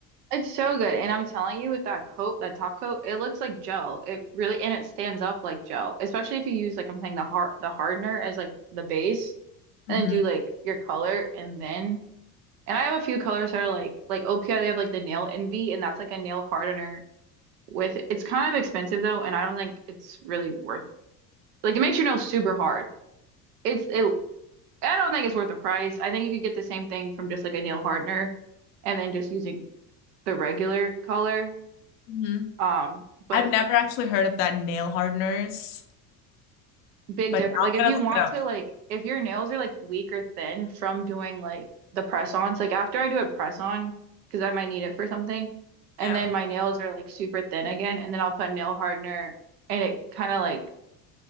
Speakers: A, on the right; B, on the left.
A: It's so good. And I'm telling you, with that coat, that top coat, it looks like gel. It really, and it stands up like gel, especially if you use, like I'm saying, the hard, the hardener as like the base
B: hmm
A: and then do like your color. And then, and I have a few colors that are like, like OPI, they have like the Nail Envy, and that's like a nail hardener with, it's kind of expensive though. And I don't think it's really worth, like it makes your nails super hard. It's, it, I don't think it's worth the price. I think you could get the same thing from just like a nail hardener and then just using the regular color.
B: hmm
A: Um, but
B: I've never actually heard of that nail hardeners,
A: big
B: but
A: difference.
B: now
A: Like
B: I'm
A: if
B: gonna
A: you
B: look
A: want
B: it up.
A: to like if your nails are like weak or thin from doing like the press ons, like after I do a press on, because I might need it for something, and
B: Yeah.
A: then my nails are like super thin again, and then I'll put a nail hardener and it kind of like